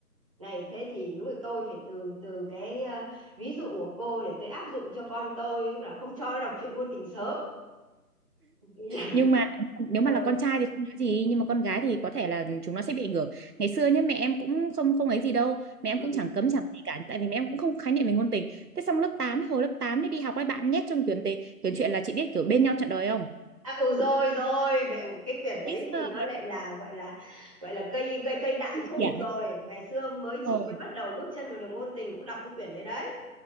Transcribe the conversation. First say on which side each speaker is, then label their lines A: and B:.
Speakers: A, on the right (about 20°); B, on the right (about 70°).
A: Này thế thì đúng là tôi phải từ từ cái ờ, ví dụ của cô để tôi áp dụng cho con tôi tức là không cho nó đọc truyện ngôn tình sớm Vì là-
B: nhưng mà
A: <laughs>
B: nếu
A: ờ
B: mà là con trai thì không nói gì nhưng mà con gái thì có thể là chúng nó sẽ bị ảnh hưởng ngày xưa nhá mẹ em cũng không không ấy gì đâu mẹ em
A: ừ.
B: cũng chẳng cấm chẳng gì cả tại vì mẹ em cũng không khái niệm về ngôn tình thế xong lớp 8 ấy, hồi lớp 8 ấy đi học ấy bạn nhét trong quyển đề quyển truyện là chị biết kiểu bên nhau trọn đời không
A: À, ừ rồi rồi mẹ cái quyển đấy
B: Ít
A: thì
B: giờ
A: nó lại là gọi là gọi là cây cây cây đại thụ
B: Dạ
A: rồi ngày xưa mới
B: đúng
A: chị
B: rồi.
A: mới bắt đầu bước chân vào đường ngôn tình cũng đọc cái quyển đấy đấy